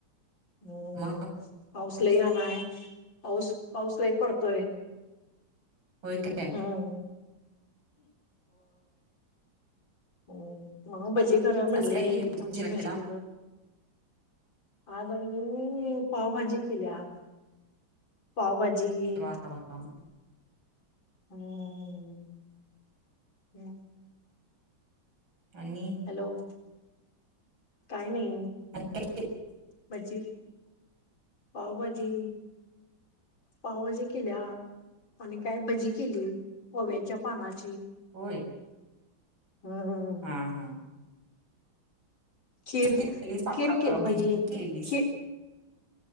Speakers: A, on the left; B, on the right.
A: हम्म
B: मग
A: पाऊस लही आलाय पाऊस पाऊस लही पडतोय
B: होय काय
A: हम् हो हो हो भजी करा म्हणली
B: आज काय केली होती
A: आमचे
B: जेवायला
A: मिेस्ट आज मी मी पावभाजी केली आज पावाजेे
B: वा वा वा
A: हम् हम्.
B: आणि
A: हॅलो. काही नाही.
B: आणि काय केलं?
A: भजी, पावभाजी. पावभाजी केल्या आणि काय भजी केली ओ व्याच्या पानाची.
B: होय.
A: हम्म
B: हां. हां.
A: खीर
B: केलेलीस पा-
A: खीर केलती.
B: भजी केलेलीस
A: खीर